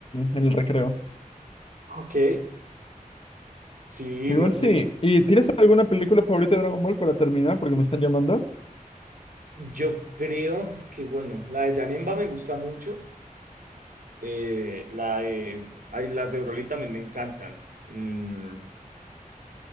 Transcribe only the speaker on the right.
Ok, sí,
no,
yo,
yo creo que bueno, la de Janemba me gusta mucho, eh, la de, ay, las de Broly también me encantan, mm,